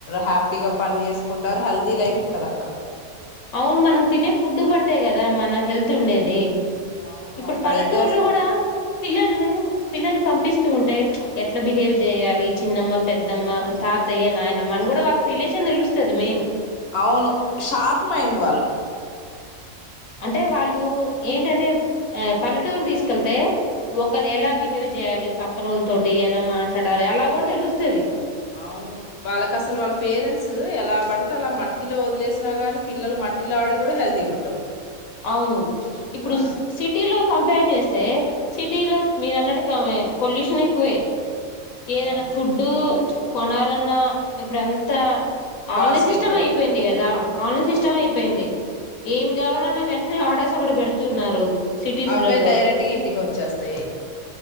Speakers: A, on the left (about 55°); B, on the left (about 75°).
A: హ్యాపీగా పని చేసుకుంటారు హెల్దీ లైఫ్ ఉంటది అక్కడ
B: అవును మనం తినే ఫుడ్ పట్టాయి కదా మన హెల్త్ ఉండేది
A: అవును
B: ఇప్పుడు
A: అక్కడైతే
B: పల్లెటూరులో
A: అసలు
B: కూడా పిల్లల్ని పిల్లల్ని పంపిస్ తు ఉంటే ఎట్లా బిహేవ్ చేయాలి చిన్నమ్మ పెద్దమ్మ తాతయ్య నాయనమ్మ అని కూడా వాళ్ళకి రిలేషన్ తెలుస్తది మెయిన్
A: అవును షార్ప్ మైండ్ వాళ్ళు
B: అంటే వాళ్ళు ఏంటంటే ఆ పల్లెటూరు తీసుకెళ్తే ఒకలు ఎలా బిహేవ్ చేయాలి పక్కన వాళ్ళ తోటి ఎలా మాట్లాడాలి అలా కూడా తెలుస్తుంది
A: అవును వాళ్ళకి అసలు వాళ్ళ పేరెంట్స్ ఎలా పడితే అలా మట్టిలో వదిలేసినా కాని పిల్లలు మట్టిలో ఆడి కూడా హెల్దీగా ఉంటారు
B: అవును ఇప్పుడు
A: ఆ
B: సిటీలో కం కంప్యార్ చేస్తే సిటీలో మీరు అన్నట్టు కా పొల్యూషన్ ఎక్కువే ఏదైనా
A: అవును
B: ఫుడ్డు కొనాలన్నా ఇప్పుడు అంతా
A: కాస్ట్
B: ఆన్లైన్ సిస్టమ్
A: ఎక్కువ
B: అయిపోయింది కదా ఆన్లైన్ సిస్టమ్
A: అవును
B: అయిపోయింది ఏం గావాలన్న వెంటనే ఆర్డర్స్ అక్కడ పెడుతున్నారు సిటీస్లలో
A: అవే డైరెక్ట్ గా ఇంటికి వచ్చేస్తాయి